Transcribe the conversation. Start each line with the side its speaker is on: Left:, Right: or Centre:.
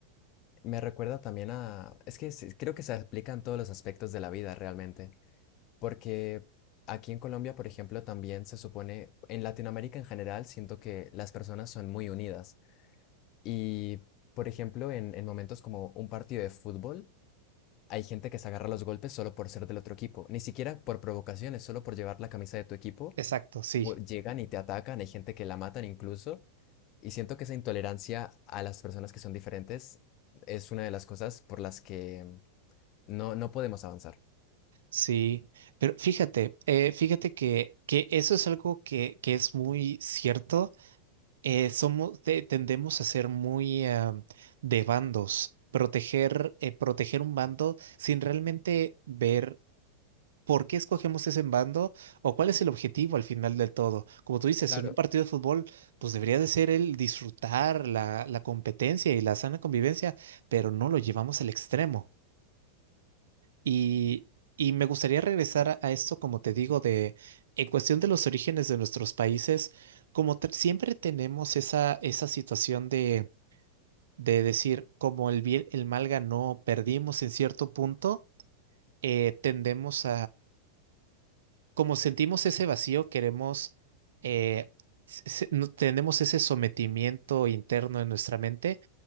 Left: me recuerda también a... Es que sí, creo que se aplica en todos los aspectos de la vida realmente. Porque aquí en Colombia, por ejemplo, también se supone, en Latinoamérica en general, siento que las personas son muy unidas. Y, por ejemplo, en, en momentos como un partido de fútbol, hay gente que se agarra a los golpes solo por ser del otro equipo, ni siquiera por provocaciones, solo por llevar la camisa de tu equipo,
Right: Exacto, sí,
Left: pu- llegan y te atacan, hay gente que la matan incluso. Y siento que esa intolerancia a las personas que son diferentes es una de las cosas por las que no, no podemos avanzar.
Right: sí. Pero fíjate, eh, fíjate que, que eso es algo que, que es muy cierto. Eh, somos, te- tendemos a ser muy ah, de bandos, proteger, eh, proteger un bando sin realmente ver ¿Por qué escogemos ese bando? ¿O cuál es el objetivo al final del todo? Como tú dices,
Left: Claro,
Right: en un partido de fútbol, pues debería de ser el disfrutar la, la competencia y la sana convivencia, pero no lo llevamos al extremo. Y, y me gustaría regresar a a esto, como te digo, de en cuestión de los orígenes de nuestros países, como te- siempre tenemos esa, esa situación de, de decir, como el bien, el mal ganó, perdimos en cierto punto, eh, tendemos como sentimos ese vacío, queremos, eh, se- se- no- tenemos ese sometimiento interno en nuestra mente